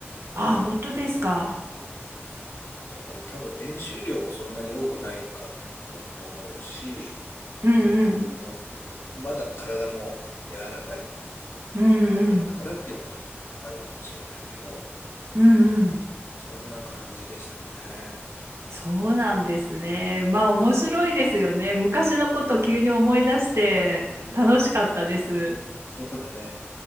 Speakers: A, on the right; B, on the left.
A: あ、本当ですか。
B: うん。だから多分練習量もそんなに多くないかったと思うし、
A: うんうん。
B: あの、まだ体も柔らかい
A: うんうん。
B: 時代だったからっていうのはあるかもしれないけど、
A: うんうん。
B: そんな感じでしたかね。
A: そうなんですね。まあ、面白いですよね。昔のこと急に思い出して、
B: うん。
A: 楽しかったです。
B: そうだね。